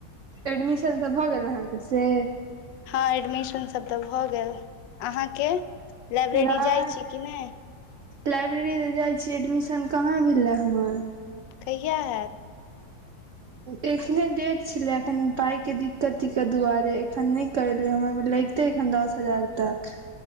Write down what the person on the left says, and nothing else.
हँ एडमिशन सब तऽ भऽ गेल अहाँके लाइब्रेरी
जाइ छी कि नै
कहिया हयैत